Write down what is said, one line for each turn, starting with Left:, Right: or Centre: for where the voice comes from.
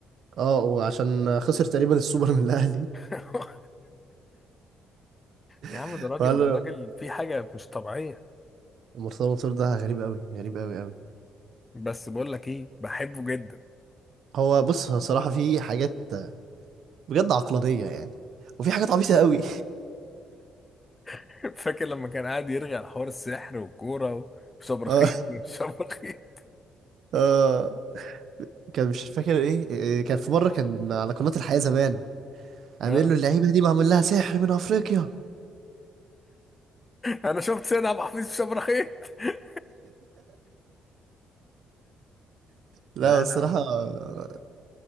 Right: اه وعشان خسر تقريبا السوبر من الأهلي
Left: <laughs> يا عم
Right: <laughs>
Left: ده راجل
Right: وقال
Left: ده راجل في حاجه مش طبيعيه
Right: مرتضى منصور ده غريب قوي غريب قوي قوي
Left: بس بقول لك ايه بحبه جدا
Right: هو بص هو صراحة في حاجات بجد عقلانية يعني وفي حاجات عبيطة قوي
Left: <laughs> فاكر لما كان قاعد يرغي على حوار السحر والكوره وشبرخيط
Right: <laughs> اه
Left: وشبرخيط
Right: اه كان مش فاكر ايه إيه، كان في مرة كان على قناة الحياة زمان
Left: <laughs>
Right: عامل
Left: اه
Right: له اللعيبة دي معمول لها سحر من افريقيا
Left: انا شفت سيد عبد الحفيظ في شبرخيط <laughs>
Right: لا
Left: لا
Right: هو الصراحة
Left: لا
Right: آه،